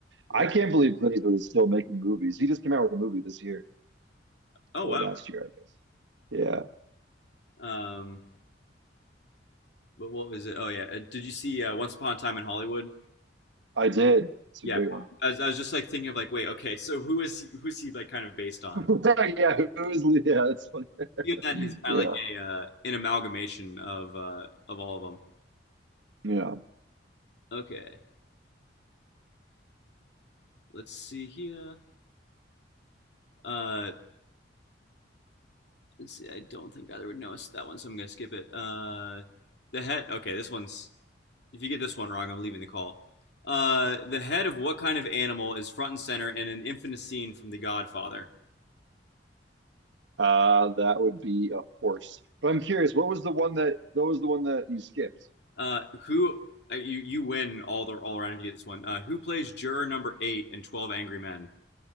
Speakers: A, on the right; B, on the left.
A: I
B: Wh-
A: can't believe Clint Eastwood is still making movies. He just came out with a movie this year
B: Oh
A: or
B: wow.
A: last year, I guess. Yeah,
B: Um, but what was it? Oh yeah. Uh, Did you see uh, Once Upon a Time in Hollywood?
A: I did. It's
B: Yeah.
A: a great one.
B: I was, I was just like thinking of like, wait, okay, so who is he, who's he like kind of based on?
A: <laughs> Yeah, who's yeah? That's funny.
B: Even then, he's kind
A: Yeah,
B: of like a uh, an amalgamation of uh, of all of them.
A: yeah.
B: Okay. Let's see here. Uh, Let's see, I don't think either would notice that one, so I'm gonna skip it. Uh, the head. Okay, this one's. If you get this one wrong, I'm leaving the call. Uh, the head of what kind of animal is front and center in an infamous scene from The Godfather?
A: Uh, that would be a horse. But I'm curious, what was the one that that was the one that you skipped?
B: Uh, who uh, you you win all the all around if you get this one. Uh, who plays juror number eight in Twelve Angry Men?